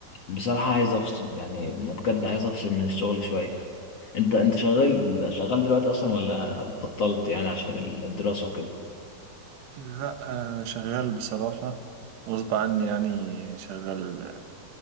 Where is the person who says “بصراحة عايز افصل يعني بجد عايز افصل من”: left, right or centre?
Left